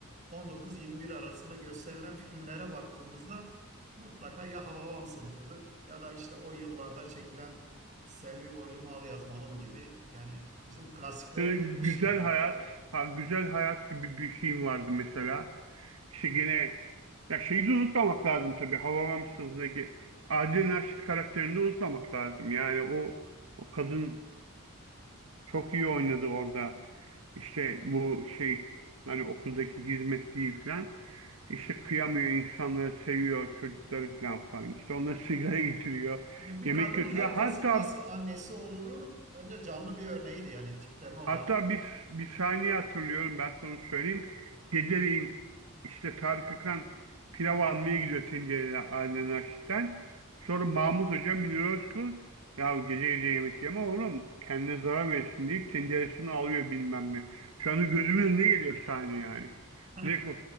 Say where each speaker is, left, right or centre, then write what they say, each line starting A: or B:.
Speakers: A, on the right; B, on the right.
A: 19-21 arasında gösterilen filmlere baktığımızda mutlaka ya Hababam sınıfıdır ya da işte o yıllarda çekilen Selvi Boylum Al Yazmalım gibi yani bizim klasiklere
B: Ee,
A: girmiştir
B: Güzel
A: yani.
B: Hayat, ha, Güzel Hayat gibi bir film vardı mesela. İşte gene ya şeyi de unutmamak lazım tabii. Hababam sınıfındaki Adile Naşit karakterini de unutmamak lazım. Yani o o kadın Çok iyi oynadı orada. İşte bu şey hani okuldaki hizmetliği falan. İşte kıyamıyor insanları seviyor çocukları falan falan. İşte onlara sigara getiriyor.
A: Yani bir
B: Yemek
A: kadın
B: götürüyor.
A: herkesin
B: Hatta
A: nasıl annesi olurun bence canlı bir örneğiydi yani tipleme olarak.
B: Hatta bir, bir saniye hatırlıyorum ben sana söyleyeyim. Geceleyin işte Tarık Akan pilav almaya gidiyor tencereli Ailen Aşik'ten. Sonra Mahmut Hoca Münir Özkul ya gece gece yemek yeme oğlum kendine zarar verirsin deyip tenceresini alıyor bilmem ne. Şu anda gözümün önüne geliyor sahne yani.
A: <laughs>
B: Direkt o